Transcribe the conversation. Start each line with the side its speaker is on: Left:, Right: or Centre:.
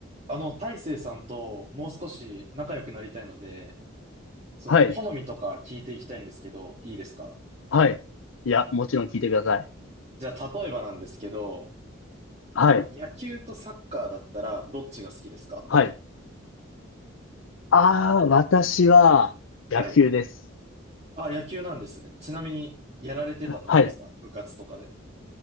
Right: あの、大成さんともう少し仲良くなりたいので、その好みとか聞いていきたいんですけど、
Left: はい。
Right: いいですか
Left: はい。いや、もちろん聞いてください。
Right: じゃあ、例えばなんですけど、
Left: はい。
Right: 野球とサッカーだったらどっちが好きですか
Left: はい。ああ、私は野球です。
Right: はい。あ、野球なんですね。ちなみに、やられてたとかですか部活とかで。
Left: はい。